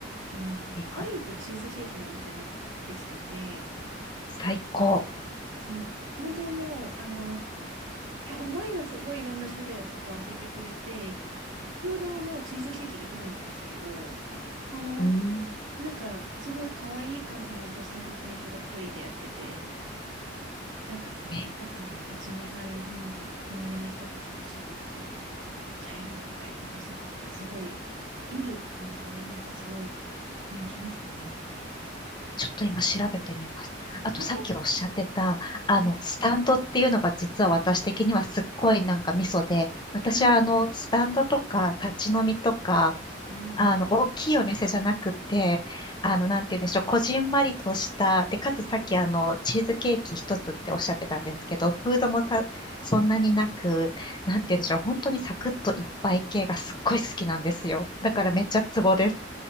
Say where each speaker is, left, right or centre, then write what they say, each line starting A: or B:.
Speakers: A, on the right (about 80°); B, on the left (about 25°).
A: あの、
B: はいはい
A: ワインとチーズケーキのお店ができてて、
B: 最高。
A: そう、本当もう、あの、た、前はすごいいろんな種類あってこう開けてくれて、フードはもうチーズケーキだけなんですけど、あの、
B: うん。
A: なんかすごい可愛い感じの女性の店主が一人でやってて、なんかこう皆さん1、
B: え
A: 2杯飲んで隣の人とちょっと喋って帰るみたいなお店があって、すごいルルっていうのかな、なんかすごい人気ですね。
B: ちょっと今調べてみます。あとさっきおっしゃってた、
A: やっぱ
B: あの、
A: り、
B: スタンドっていうのが実は私的にはすっごいなんかミソで、私はあの、
A: は
B: スタンドとか立ち飲みとか、
A: い、うん、
B: あの、大きいお店じゃなくて、あの、なんて言うんでしょう、こじんまりとした、で、かつさっきあの、チーズケーキ一つっておっしゃってたんですけど、フードもたそんなになく、なんて言うんでしょう、本当にサクッといっぱい系がすっごい好きなんですよ。だからめっちゃツボです。